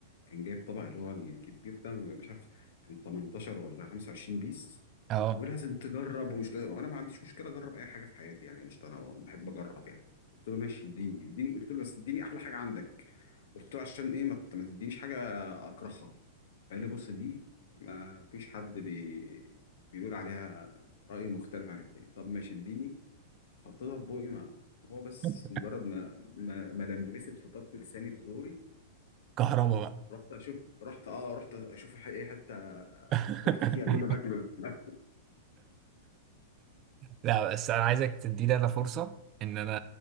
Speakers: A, on the left; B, on the right.
A: كان جايب طبق اللي هو الكبير ده مش عارف كان 18 ولا 25 بيس
B: اه
A: ولازم تجرب ومش لازم وانا ما عنديش مشكله اجرب اي حاجه في حياتي يعني قشطه انا بحب اجرب يعني قلت له ماشي اديني اديني قلت له بس اديني احلى حاجه عندك قلت له عشان ايه ما ت- ما تدينيش حاجه اكرهها قال لي بص دي ما فيش حد بي... بيقول عليها رأي مختلف عن التاني طب ماشي اديني حطيتها في بوقي ما هو بس
B: <laughs>
A: مجرد ما ما, ما لمست في طرف لساني في زوري
B: كهربا بقى
A: رحت اشوف رحت اه رحت اشوف الح- ايه حتى
B: <laughs>
A: اتف فيها اللي انا باكله ده.
B: لا بس انا عايزك تديني انا فرصه ان انا